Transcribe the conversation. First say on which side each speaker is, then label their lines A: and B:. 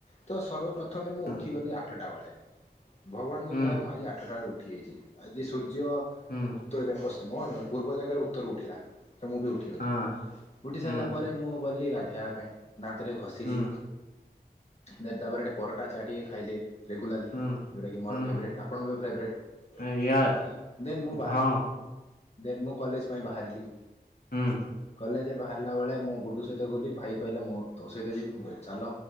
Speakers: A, on the left (about 40°); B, on the left (about 65°).
A: ତ ସର୍ବପ୍ର ପ୍ରଥମେ ମୁଁ
B: ହୁଁ
A: ଉଠିଗଲି ଆଠଟା ବେଳେ ଭଗବାନଙ୍କ
B: ହୁଁ
A: ଦୟାରୁ ମୁଁ ଆଜି ଆଠଟା ବେଳେ ଉଠିଯାଇଛି। ଆଜି ସୂର୍ଯ୍ୟ ସୂର୍ଯ୍ୟ,
B: ହୁଁ
A: ଉତ୍ତରରେ ପଶ୍ଚିମ ପୂର୍ବ ଜାଗାରେ ଉତ୍ତରୁ ଉଠିଲା। ତ ମୁଁ ବି ଉଠିଗଲି।
B: ହଁ
A: ଉଠି ସାରିଲା
B: ହୁଁ
A: ପରେ ମୁଁ ଗଲି ଗାଧୋଇବା ପାଇଁ। ଦାନ୍ତରେ ଘଷିଲି।
B: ହୁଁ
A: ଦେନ ତାପରେ ଏଠି ପରଟା ଚା ଟିକେ ଖାଇଲି ରେଗୁଲାଲ୍ଲି,
B: ହୁଁ।
A: ଯଉଟାକି ମୋର
B: ହୁଁ
A: ଫେବ୍ ରାଇଟ୍ସ ଆପଣଙ୍କର ବି ଫେବ୍ ରାଇଟ୍ସ।
B: ୟା ୟା
A: ଦେନ୍ ମୁଁ ବାହାରିଲି,
B: ହଁ
A: ଦେନ୍ ମୁଁ କଲେଜ ପାଇଁ ବାହାରିଲି।
B: ହହୁଁ।
A: କଲେଜରେ ବାହା ହେଲା ବେଳେ ମୁଁ ଗୁଡୁ ସହିତ ଗଲି ଭାଇ କହିଲା ମୁଁ ତୋ ସହିତ ଯିବି, ମୁଁ କହିଲି ଚାଲ।